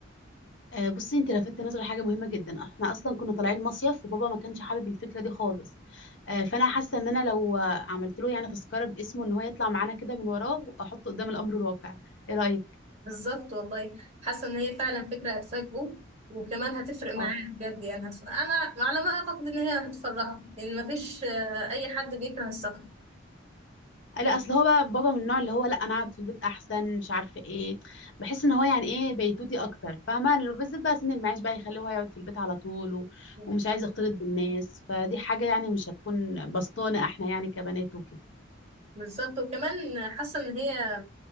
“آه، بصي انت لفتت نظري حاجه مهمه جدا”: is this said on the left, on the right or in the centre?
Left